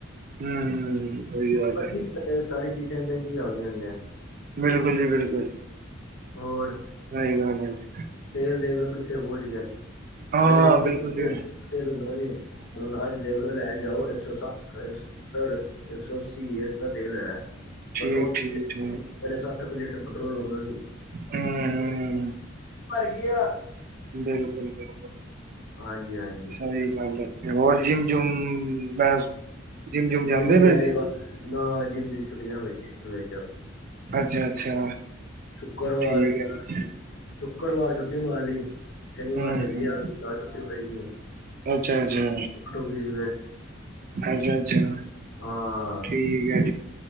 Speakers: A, on the right; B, on the left.
A: ਹੂੰ, ਸਹੀ ਗੱਲ
B: ਬਾਕੀ
A: ਹੈ,
B: ਸਾਰੀ ਚੀਜ਼ਾਂ ਮਹਿੰਗੀਆਂ ਹੋਈਆਂ ਵੀ ਐ।
A: ਬਿਲਕੁੱਲ ਜੀ ਬਿਲਕੁੱਲ।
B: ਹੋਰ।
A: <inaudible>
B: ਤੇਲ ਦੇਖ ਲੋ ਕਿੱਥੇ ਪਹੁੰਚ ਗਿਆ,
A: ਹਾਂ,
B: ਪਹਿਲੇ
A: ਬਿਲਕੁਲ ਜੀ,
B: ਤੇਲ ਹੁੰਦਾ ਸੀ ਹੁਣ ਅੱਜ ਦੇਖ ਲੋ ਲੈਣ ਜਾਓ ਇੱਕ ਸੌ ਸੱਠ ਰੁਪਏ, ਸੌ ਰੁਪਏ, ਇੱਕ ਸੌ ਅੱਸੀ ਇਸ ਦਾ ਤੇਲ ਐ,
A: ਠੀਕ-ਠੀਕ-ਠੀਕ,
B: ਪੈਟਰੋਲ ਪਹਿਲੇ ਸੱਠ ਰੁਪਏ ਲੀਟਰ ਪੈਟਰੋਲ ਹੁੰਦਾ ਸੀ।
A: ਹੂੰ-ਹੂੰ।
B: ਭਰਗੀਆ,
A: ਬਿਲਕੁਲ-ਬਿਲਕੁਲ,
B: ਹਾਂਜੀ-ਹਾਂਜੀ।
A: ਸਈ ਗੱਲ ਐ ਹੋਰ ਜਿੰਮ ਜੁਮ ਮੈਂਸ, ਜਿੰਮ ਜੁਮ ਜਾਂਦੇ
B: ਜਿਮ
A: ਪੇ
B: ਦੀ
A: ਸੀ?
B: ਦੇ ਨਾ ਜਿੰਮ ਦੀਆਂ ਛੁੱਟੀਆਂ ਹੋ ਆ।
A: ਅੱਛਾ-ਅੱਛਾ।
B: ਸ਼ੁੱਕਰਵਾਰ
A: ਠੀਕ
B: ਗਿਆ,
A: ਹੈ ਠੀਕ,
B: ਸ਼ੁੱਕਰਵਾਰ ਛੁੱਟੀ ਮਾਰ ਲੀ ਸ਼ਨੀਵਾਰ
A: ਹੂੰ-ਹੂੰ,
B: ਸੇਲੀ ਆਗੀ ਤਾਂ ਛੁੱਟੀ ਪੜ ਗੀ,
A: ਅੱਛਾ-ਅੱਛਾ,
B: ਟ ਹੋਗੀ ਸੀ ਫੇਰ।
A: ਮੈਂ ਕਿਆ ਅੱਛਾ,
B: ਹਾਂ
A: ਠੀਕ ਐ।